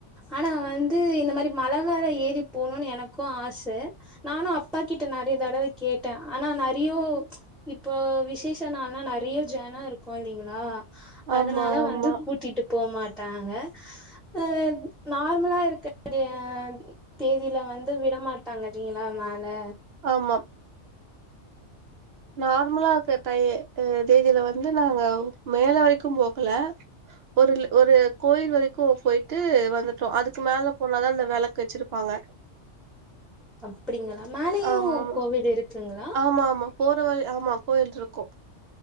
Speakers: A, in the centre; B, on the right (about 60°).
A: ஆனா வந்து இந்த மாரி மழ மேலே ஏறி போண எனக்கு ஆச நானுஅப்பா கிட்ட நறைய தடவ கேட்டே ஆனா நறையோ இப்போ விசேஷ நாள்ல்லா நறைய ஜன இருக்கு இல்லைங்ளா
B: ஆமா
A: அதனால
B: ஆமா
A: வந்து கூட்டிட்டு போ மாட்டாங்க அ நார்மலா இருக்க <unintelligible> தேதியில வந்து விடமாட்டாங்க செரிங்ளா மேல
B: ஆமா நார்மலா இருக்குற தை தேதியில வந்து நாங்க மேல வரைக்கு போகலே ஒரு ஒரு கோயில் வரைக்கு பொய்ட்டு வந்துட்டோ அதுக்கு மேல போனாதா அந்த வெளக்கு வச்சிருப்பாங்க
A: அப்டிங்ளா மேலையு
B: ஆமாமா
A: கோவில் இருக்குங்ளா
B: ஆமா ஆமா போற வழி ஆமா கோயில் இருக்கு